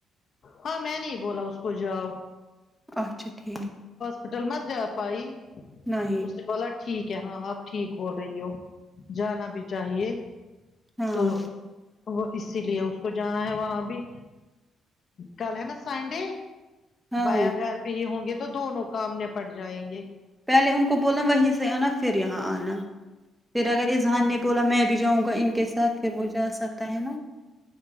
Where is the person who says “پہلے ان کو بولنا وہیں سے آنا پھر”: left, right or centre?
Centre